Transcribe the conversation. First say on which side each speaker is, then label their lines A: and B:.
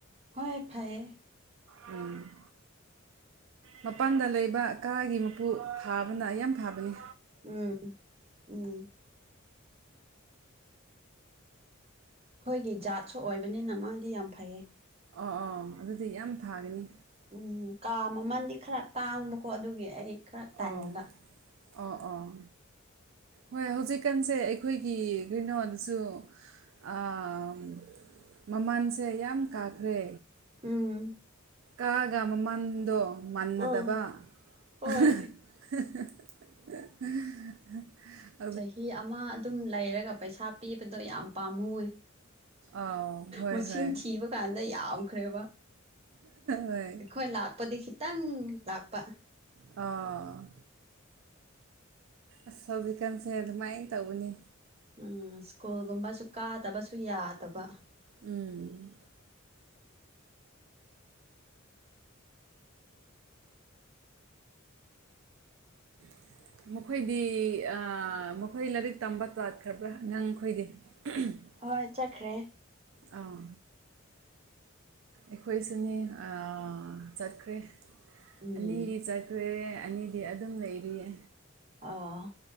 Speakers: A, on the right; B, on the right.
A: ꯍꯣꯏ ꯐꯥꯏꯌꯦ
B: ꯎꯝ ꯃꯄꯥꯟꯗ ꯂꯩꯕ ꯀꯥꯒꯤ ꯃꯄꯨ ꯐꯥꯕꯅ ꯌꯥꯝ ꯐꯥꯕꯅꯤ
A: ꯎꯝ ꯎꯝ ꯈꯣꯏꯒꯤ ꯖꯥꯠꯁꯨ ꯑꯣꯏꯕꯅꯤꯅ ꯃꯥꯗꯤ ꯌꯥꯝ ꯐꯩꯌꯦ
B: ꯑꯣ ꯑꯣ ꯑꯗꯨꯗꯤ ꯌꯥꯝ ꯐꯥꯒꯅꯤ
A: ꯎꯝ ꯀꯥ ꯃꯃꯟꯗꯤ ꯈꯔ ꯇꯥꯡꯕꯀꯣ ꯑꯗꯨꯒꯤ ꯑꯩ ꯈꯔ ꯇꯟꯕ
B: ꯑꯣ ꯑꯣꯑꯣ ꯍꯣꯏ ꯍꯧꯖꯤꯛꯀꯥꯟꯁꯦ ꯑꯩꯈꯣꯏꯒꯤ ꯀꯔꯤꯅꯣꯗꯨꯁꯨ ꯑꯥꯝ ꯃꯃꯟꯁꯦ ꯌꯥꯝ ꯀꯥꯈ꯭ꯔꯦ
A: ꯎꯝ
B: ꯀꯥꯒ ꯃꯃꯟꯗꯣ ꯃꯥꯟꯅꯗꯕ
A: ꯑꯥ ꯍꯣꯏ
B: <unintelligible>
A: ꯆꯍꯤ ꯑꯃ ꯑꯗꯨꯝ ꯂꯩꯔꯒ ꯄꯩꯁꯥ ꯄꯤꯕꯗꯣ ꯌꯥꯝ ꯄꯥꯝꯃꯨꯏ
B: ꯑꯥꯎ ꯍꯣꯏ
A: ꯃꯁꯤꯡ
B: ꯍꯣꯏ
A: ꯊꯤꯕ ꯀꯥꯟꯗ ꯌꯥꯝꯈ꯭ꯔꯦꯕ
B: ꯍꯣꯏ
A: ꯑꯩꯈꯣꯏ ꯂꯥꯛꯄꯗꯤ ꯈꯤꯇꯪ ꯂꯥꯛꯄ
B: ꯑꯥ ꯑꯁ ꯍꯧꯖꯤꯛꯀꯥꯟꯁꯦ ꯑꯗꯨꯃꯥꯏꯟ ꯇꯧꯕꯅꯤ
A: ꯎꯝ ꯁ꯭ꯀꯨꯜꯒꯨꯝꯕꯁꯨ ꯀꯥꯗꯕꯁꯨ ꯌꯥꯗꯕ
B: ꯎꯝ <inaudible> ꯃꯈꯣꯏꯗꯤ ꯑꯥ ꯃꯈꯣꯏ ꯂꯥꯏꯔꯤꯛ ꯇꯝꯕ ꯇꯥꯠ ꯈ꯭ꯔꯕ꯭ꯔꯥ ꯑꯉꯥꯡ ꯈꯣꯏꯗꯤ <unintelligible>
A: ꯍꯣꯏ ꯆꯠꯈ꯭ꯔꯦ
B: ꯑꯥ ꯑꯩꯈꯣꯏꯁꯨꯅꯤ ꯑꯥ ꯆꯠꯈ꯭ꯔꯦ
A: ꯎꯝ
B: ꯑꯅꯤꯗꯤ ꯆꯠꯈ꯭ꯔꯦ ꯑꯅꯤ ꯗꯤ ꯑꯗꯨꯝ ꯂꯩꯔꯤꯌꯦ
A: ꯑ‌ꯣ